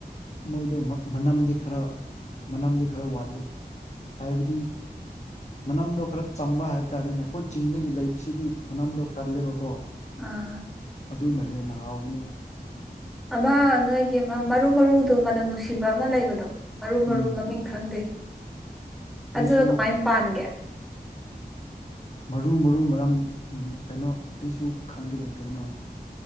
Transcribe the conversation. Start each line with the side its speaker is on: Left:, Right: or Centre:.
Left: ꯃꯣꯏꯗꯣ ꯃꯅꯝꯗꯤ ꯈꯔ ꯃꯅꯝꯗꯤ ꯈꯔ ꯋꯥꯠꯂꯦ ꯍꯥꯏꯕꯗꯤ ꯃꯅꯝꯗꯣ ꯈꯔ ꯆꯝꯕ ꯍꯥꯏꯕ ꯇꯥꯔꯦꯅꯦ ꯑꯩꯈꯣꯏ ꯆꯤꯡꯗꯒꯤ ꯂꯩꯕꯁꯤꯗꯤ ꯃꯅꯝꯗꯣ ꯀꯜꯂꯦꯕꯀꯣ
Centre: ꯑꯥ
Left: ꯑꯗꯨꯅ ꯍꯦꯟꯅ ꯍꯥꯎꯕꯅꯤꯅ
Centre: ꯑꯃ ꯅꯣꯏꯒꯤ ꯑꯃ ꯃꯔꯨ ꯃꯔꯨꯗꯣ ꯃꯅꯝ ꯅꯨꯡꯁꯤꯕ ꯑꯃ ꯂꯩꯕꯗꯣ ꯃꯔꯨ ꯃꯔꯨ
Left: ꯎꯝ
Centre: ꯃꯃꯤꯡ ꯈꯔ ꯈꯪꯗꯦ
Left: ꯑꯩꯁꯨ
Centre: ꯑꯗꯨ ꯀꯃꯥꯏꯟ ꯄꯥꯟꯒꯦ
Left: ꯃꯔꯨ ꯃꯔꯨ ꯃꯔꯝ ꯎꯝ ꯀꯩꯅꯣ ꯑꯩꯁꯨ ꯈꯪꯗꯅꯦ ꯀꯩꯅꯣ